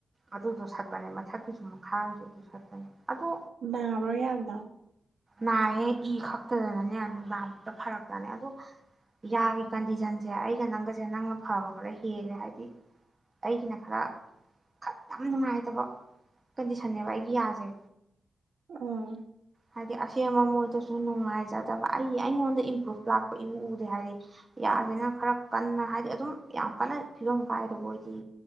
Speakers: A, on the right (about 25°); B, on the right (about 75°).
A: ꯑꯗꯨꯗꯣ ꯁꯛꯄꯅꯦ ꯃꯊꯛꯀꯤꯁꯨ ꯃꯈꯥꯝꯁꯨ ꯑꯗꯨ ꯁꯠꯄꯅꯦ ꯑꯗꯨ
B: ꯑꯃ ꯌꯥꯝꯗ
A: ꯅꯑꯦ ꯌꯦꯒ ꯍꯥꯛꯇꯗꯅꯅꯦꯅꯗꯥ ꯐꯔꯛ ꯂꯥꯅꯦꯦ ꯑꯗꯨꯗꯣ ꯌꯥꯒ ꯀꯟꯗꯤꯁꯟꯁꯦ ꯑꯩꯒ ꯅꯪꯒꯁꯦ ꯅꯪꯅ ꯐꯕ ꯈꯔ ꯍꯦꯜꯂꯦ ꯍꯥꯏꯗꯤ ꯑꯩꯒꯤꯅ ꯈꯔ ꯌꯥꯝ ꯅꯨꯡꯉꯥꯏꯇꯕ ꯀꯟꯗꯤꯁꯟꯅꯦꯕ ꯑꯩꯒꯤ ꯌꯥꯁꯦ
B: ꯑ
A: ꯍꯥꯏꯗꯤ ꯑꯁꯦꯡꯕ ꯃꯣꯏꯗꯁꯨ ꯅꯨꯡꯉꯥꯏꯖꯗꯕ ꯑꯩ ꯑꯩꯉꯣꯟꯗ ꯏꯝꯄ꯭ꯔꯨꯚ ꯂꯥꯛꯄ ꯏꯎ ꯎꯗꯦ ꯍꯥꯏꯗꯤ ꯌꯥꯁꯤꯅ ꯈꯔ ꯀꯟꯅ ꯍꯥꯏꯗꯤ ꯑꯗꯨꯝ ꯌꯥꯝ ꯀꯟꯅ ꯐꯤꯕꯝ ꯀꯥꯏꯗꯕꯁꯨ ꯑꯣꯏꯗꯤ